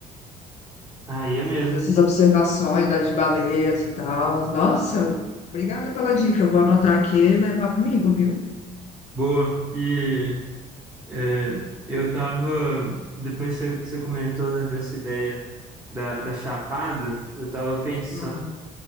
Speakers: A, on the right; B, on the left.
A: Aí é mesmo.
B: fazer essas observações das baleias e tal. Nossa, obrigada pela dica. Eu vou anotar aqui e levar comigo, viu?
A: Boa. E É, eu tava, depois você, você comentou, né, dessa ideia da, da Chapada, eu tava pensando
B: Uhum.